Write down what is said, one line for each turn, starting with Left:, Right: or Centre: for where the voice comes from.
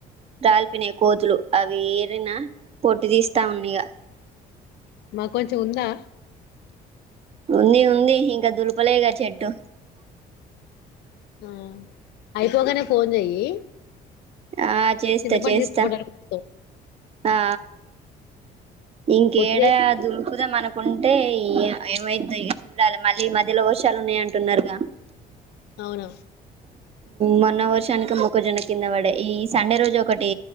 Right: రాలిపినయి కోతులు అవి ఏరినా పొట్టు తీస్తా ఉన్నా ఇగ
Left: మాకు కొంచెం ఉందా
Right: ఉంది ఉంది ఇంకా దు వలేగా చెటు
Left: ఆ అయిపోగానే ఫోన్ చెయ్యి
Right: ఆ చేస్తా
Left: చింతపండు
Right: చేస్తా
Left: తీసుకోపోవడానికి వస్తాం
Right: ఆ ఇంకడ
Left: పొట్టిదే
Right: అ దలుపుమనకు కుంటే ఏమైతు చూడాలి మళ్ళీ మధ్యలో వర్షాలు ఉన్నాయ అంటున్నారుగా
Left: అవును
Right: మొన్న వర్షానికి మొక్కజొన్న కింద పడే ఈ సండే రోజు ఒకటి